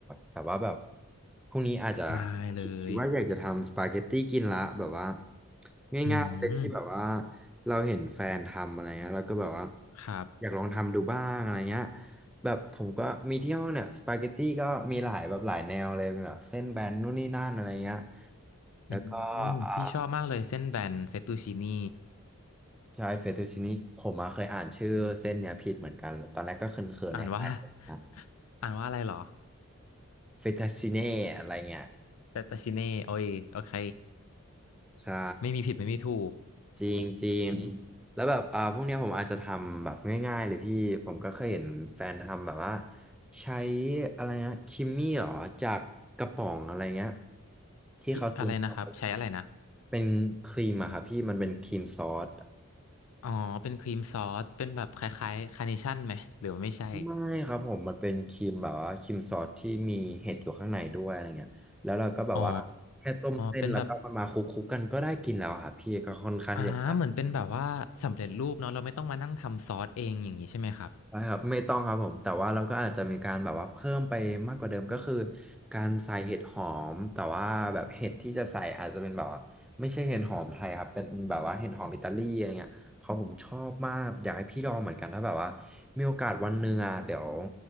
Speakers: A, in the centre; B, on the left.
A: แต่ว่าแบบพรุ่งนี้อาจจะ
B: ได้เลย
A: คิดคิดว่าอยากจะทำสปาเกตตี้กินละแบบว่า
B: อืม
A: ง่ายๆเลยที่แบบว่าเราเห็นแฟนทำอะไรเงี้ยเราก็แบบว่า
B: ครับ
A: อยากลองทำดูบ้างอะไรเงี้ยแบบผมก็มีเที่ยวเนี่ยสปาเกตตี้ก็มีหลายแบบหลายแนวเลยแบบเส้นแบนนู่นนี่นั่นอะไรเงี้ยแล้วก็อ่า
B: อืมพี่ชอบมากเลยเส้นแบนเฟตตูชินี่
A: ใช่เฟตตูชินี่ผมอะเคยอ่านชื่อเส้นเนี่ยผิดเหมือนกันตอนแรกก็เขินๆในไทยนะ
B: อ่านว่า <laughs> อ่านว่าอะไรเหรอ
A: เฟต t ชิเน่อะไรเงี้ย
B: แต่ตาชิเน่โอ้ยโอเค
A: ใช่
B: ไม่มีผิดไม่มีถูก
A: จริงจริงแล้วแบบอ่าพวกเนี้ยผมอาจจะทำแบบง่ายๆเลยพี่ผมก็เคยเห็นแฟนทำแบบว่าใช้อะไรนะคิมมี่หรอจากกระป๋องอะไรเงี้ยที่เขาซื้อมา
B: อิอะไรนะครับใช้อะไรนะ
A: เป็นครีมอะครับพี่มันเป็นครีมซอส
B: อ๋อเป็นครีมซอสเป็นแบบคล้ายๆคาร์เนชั่นไหมหรือว่าไม่ใช่
A: ไม่ครับผมมันเป็นครีมแบบว่าครีมซอสที่มีเห็ดอยู่ข้างในด้วยอะไรเงี้ยแล้วเราก็แบบว่าแค่ต้มเส้นแล้วก็มาคลุกๆกันก็ได้กินแล้วอะครับพี่ก็ค่อนข้างที่จะ
B: อ๋อเป็นแบบอ่าเหมือนเป็นแบบว่าสำเร็จรูปเนาะเราไม่ต้องมานั่งทำซอสเองอย่างนี้ใช่ไหมครับ
A: ได้ครับไม่ต้องครับผมแต่ว่าเราก็อาจจะมีการแบบว่าเพิ่มไปมากกว่าเดิมก็คือการใส่เห็ดหอมแต่ว่าแบบเห็ดที่จะใส่อาจจะเป็นแบบว่าไม่ใช่เห็ดหอมไทยครับเป็นแบบว่าเห็ดหอมอิตาลีอะไรเงี้ยเพราะผมชอบมากอยากให้พี่ลองเหมือนกันถ้าแบบว่ามีโอกาสวันหนึ่งอ่ะเดี๋ยว